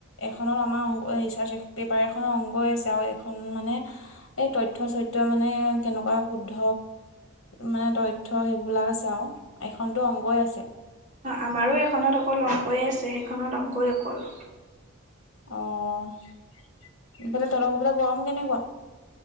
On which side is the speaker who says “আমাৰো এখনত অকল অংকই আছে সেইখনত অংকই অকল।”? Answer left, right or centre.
Right